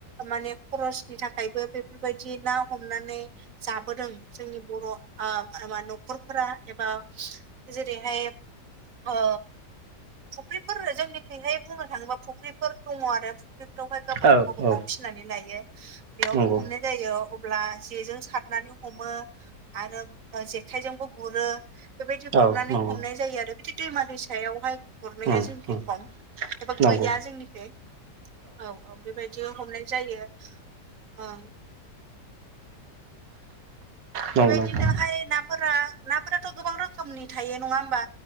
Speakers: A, on the right (about 55°); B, on the right (about 85°).
A: माने खरसनि थाखायबो बेफोरबायदि ना हमनानै जाबोदों जोंनि बर' ओ माबा न'खरफोरा एबा जेरैहाय ओ फुख्रिफोर जोंनिखैहाय बुंनो थाङोबा फुख्रिफोर दङ आरो फुख्रिफोरावहाय गावबा
B: औ
A: गाव गाव गाव
B: औ
A: फि फिसिनानै लायो बेयावनो
B: नंगौ
A: हमनाय जायो अब्ला जेजों सारनानै हमो। आरो जेखाइजोंबो गुरो। बेबायदि
B: औ
A: गुरनानै
B: नंगौ
A: हमनाय जायो आरो बिदि दैमा दैसायावहाय गुरनाया
B: उम
A: जोंनिखै
B: उम
A: खम एबा
B: नंगौ
A: गैया जोंनिखै औ औ बेबायदि हमनाय जायो ओं
B: नंगौ
A: बेबायदिनोहाय
B: नोंथां
A: नाफोरा नाफोराथ' गोबां रोखोमनि थायो नङा होमबा।